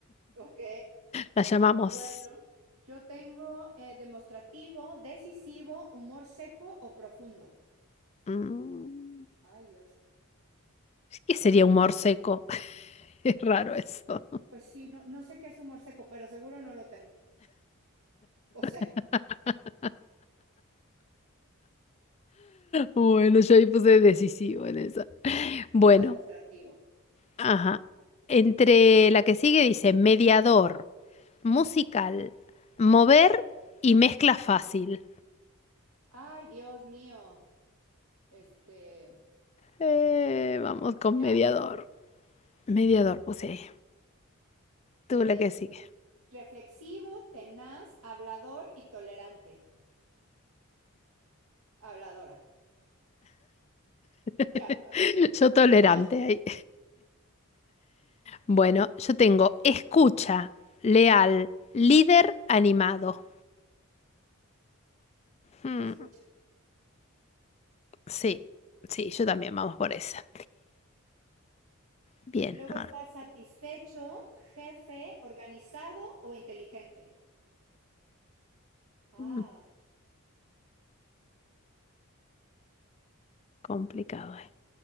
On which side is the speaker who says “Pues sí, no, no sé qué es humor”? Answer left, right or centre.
Right